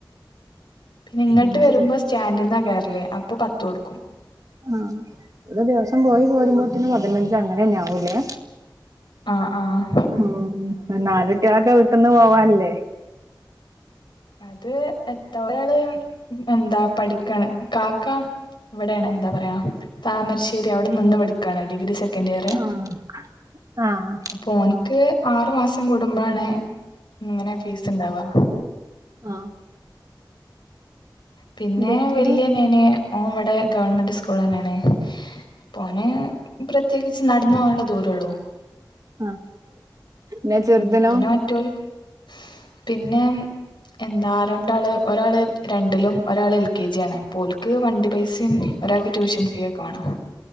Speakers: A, on the left; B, on the right.
A: പിന്നെങ്ങട്ട്
B: അഞ്ച്
A: വരുമ്പോ
B: രൂപ
A: സ്റ്റാൻഡ്ന്നാ കേറല് അപ്പൊ പത്ത് കൊടുക്കും
B: ആഹ് ഒരു ദിവസം പോയി പോരുമ്പോത്തിന് പതിനഞ്ച് അങ്ങനെന്നെ ആവൂലേ
A: ആഹ് ആഹ്
B: ഉം നാലുട്ട്യാളൊക്കെ വീട്ട്ന്ന് പോവാൻല്ലേ
A: അത് എത്ത ഒരാള് എന്താ പഠിക്കാണ് കാക്ക ഇവിടേണ് എന്താ പറയാ താമരശ്ശേരി അവിടെ നിന്ന് പഠിക്കാണ് ഡിഗ്രി സെ ക്കൻഡിയറ്
B: ആഹ് ആഹ്
A: അപ്പൊ ഓന്ക്ക് ആറു മാസം കൂടുമ്പഴാണ് ഇങ്ങനെ ഫീസ് ണ്ടാവാ
B: ആഹ്
A: പിന്നെ
B: ഡിഗ്രി
A: വല്യനിയന് ഓൻ ഇവടെ ഗവൺമെന്റ് സ്കൂളന്നേണ് അപ്പൊ ഓന് പ്ര ത്യേകിച്ച് നടന്ന് പോവാന്ള്ള ദൂരൊള്ളൂ
B: ആഹ് പിന്നെ ചെറുതിനോ
A: ഉം പിന്നെ മറ്റൊൾക്ക് പിന്നെ എന്താ രണ്ടാള് ഒരാള് രണ്ടിലും ഒരാള് എൽ കെ ജി ആണ് അപ്പോൽക്ക് വണ്ടി പൈസേം ഒരാക്ക് ട്യൂഷൻ ഫീ ഒക്കെ വാണം